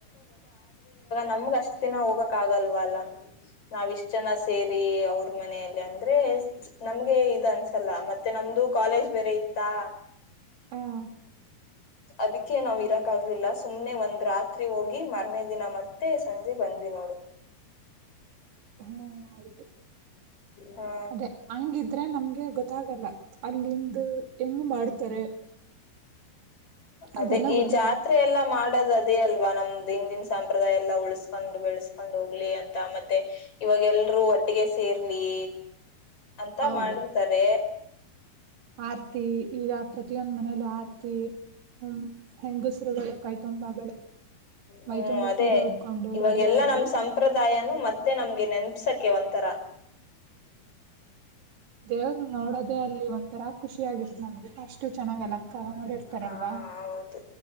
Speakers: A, on the left; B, on the right.
A: ನಮ್ಗ ಅಷ್ಟ್ ದಿನ ಹೋಗಕ್ ಆಗಲ್ವ ಅಲ್ಲ ನಾವ್ ಇಷ್ಟ್ ಜನ ಸೇರಿ ಅವ್ರ ಮನೆಯಲ್ಲಿ ಅಂದ್ರೆ. ನಮ್ಗೆ ಇದು ಅನ್ಸಲ್ಲ ಮತ್ತೆ ನಮ್ದು ಕಾಲೇಜ್ ಬೇರೆ ಇತ್ತಾ.
B: ಹ್ಮ್
A: ಅದಕ್ಕೆೇ ನಾವ್ ಇರಕ್ ಆಗಲಿಲ್ಲ ಸುಮ್ನೆ ಒಂದ್ ರಾತ್ರಿ ಹೋಗಿ ಮರನೇ ದಿನ ಮತ್ತೆ. ಸಂಜೆ ಬಂದ್ವಿ ನೋಡು.
B: ಹಾ ಆಯ್ತು
A: ಹಾ
B: ಅದೇ ಹಂಗಿದ್ರೆ ನಮ್ಗೆ ಗೊತ್ತಾಗಲ್ಲ ಅಲ್ಲಿಂದ್ ಹೆಂಗ್ ಮಾಡ್ತಾರೆ.
A: ಅದೇ
B: ಅದೆಲ್ಲ
A: ಈ
B: ಗೊತ್ತಾಗಲ್ಲ
A: ಜಾತ್ರೆ ಎಲ್ಲ ಮಾಡ್ ಅದೇ ಅಲ್ವಾ ನಮ್ದ ಹಿಂದಿನ ಸಂಪ್ರದಾಯ ಎಲ್ಲಾ ಉಳಸ್ಕೊಂಡ್ ಬೆಳೆಸ್ಕೊಂಡ್ ಹೋಗ್ಲಿ ಅಂತ ಮತ್ತೆ ಇವ ಅವಾಗ ಎಲ್ರೂ ಒಟ್ಟಿಗೆ ಸೇರ್ಲಿ ಅಂತ
B: ಹೌದು
A: ಮಾಡಿರ್ತಾರೆ.
B: ಆರ್ತಿ ಈಗ ಪ್ರತಿಯೊಂದ್ ಮನೇಲ್ಲೂ ಆರ್ತಿ. ಹ್ಮ್ ಹೆಂಗಸರುಗಳ ಕೈ ತುಂಬಾ ಬಳೆ.
A: ಹ್ಮ್
B: ಮೈ ತುಂಬಾ
A: ಅದೇ
B: ಸೀರೆ ಉಡ್ಕೊಂಡು
A: ಇವಾಗೆಲ್ಲಾ
B: ರೆಡಿಯಾಗಿ
A: ನಮ್ಮ್ ಸಂಪ್ರದಾಯನು ಮತ್ತೆ ನಮ್ಗೆ ನೆನ್. ಪ್ಸಕೆ ಒಂಥರ
B: ದೇವರ್ ನೋಡೋದೆೇ ಅಲ್ಲಿ ಒಂಥರ ಖುಷಿ ಆಗಿರ್ದು ನಮ್ಗೆ ಅಷ್ಟು ಚೆನ್ನಾಗ್ ಅಲಂಕಾರ ಮಾಡಿರ್ತಾರಲ್ವಾ.
A: ಹ ಹೌದು